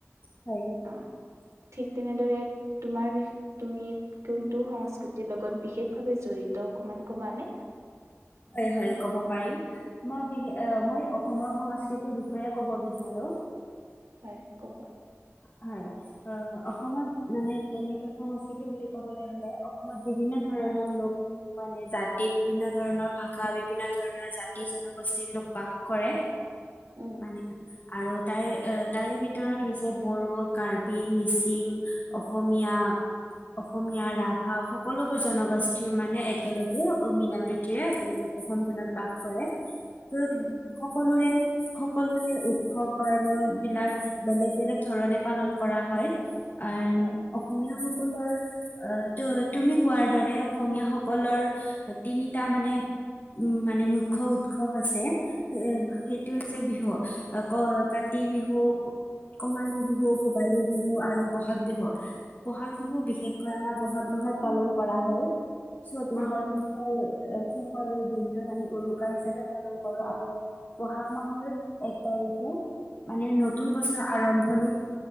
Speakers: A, on the left; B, on the right.
A: হয়।
B: অ' ঠিক তেনেদৰে তোমাৰ তুমি কোনটো সংস্কৃতিৰ লগত বিশেষ ভাৱে জড়িত অকমান কবা নে?
A: হয় হয় ক'ব পাৰিম। মই বিশ মই অসমৰ সংস্কৃতিৰ বিষয়ে কব বিচাৰো।
B: হয় কবা।
A: হয়। আহ অসমত মানে তেনেকে সংস্কৃতি বুলি ক'বলৈ হ'লে অসমত বিভিন্ন ধৰণৰ লোক মানে জাতি, বিভিন্ন ধৰণৰ ভাষা, বিভিন্ন ধৰণৰ জাতি-জনগোষ্ঠীৰ লোক বাস কৰে।
B: উম।
A: মানে আৰু তাৰে এ তাৰে ভিতৰত হৈছে বড়ো, কাৰ্বি, মিচিং, অসমীয়া অসমীয়া, ৰাভা সকলোবোৰ জনগোষ্ঠীৰ মানে একেলগে মিলাপ্ৰতি এই অসমখনত বাস কৰে। ত
B: উম,
A: সকলোৰে, সকলোৰে উৎসৱ পাৰ্বন বিলাক বেলেগ বেলেগ। ধৰণে পালন কৰা হয়। এন
B: হয়
A: অসমীয়াসকলৰ আহ ত তুমি কোৱাৰ দৰে অসমীয়াসকলৰ তিনিটা মানে উ মানে মুখ্য উৎসৱ আছে। এ সেইটো হৈছে বিহু ক কাতি বিহু কঙালী বিহু, ভোগালী বিহু আৰু বহাগ বিহু। বহাগ বিহু বিশেষকৈ আমাৰ বহাগ মাহত পালন কৰা হয়। চ'ত মাহৰ
B: উম।
A: শেষৰ শেষৰ দিনটোত আমি উৰুকা হিচাপে পালন কৰোঁ আৰু বহাগ মাহৰ এক তাৰিখে মানে নতুন বছৰ আ আৰম্ভণিত,